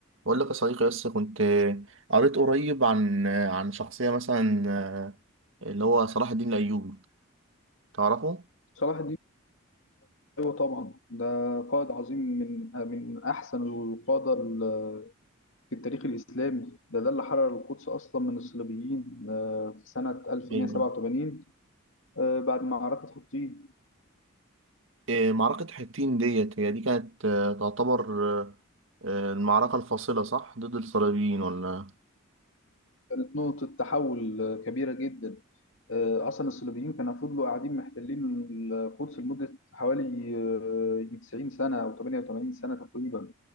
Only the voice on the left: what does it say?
صلاح الدين ايوه طبعا ده قائد عظيم من من احسن القاده ال- في التاريخ الاسلامي ده ده اللي حرر القدس اصلا من الصليبيين آه، في سنه 1187
آه، بعد معركه حطين
كانت نقطه تحول آه، كبيره جدا آه، اصلا الصليبيين كانوا فضلوا قاعدين محتلين القدس لمده حوالي آه، 90 سنه او 88 سنه تقريبا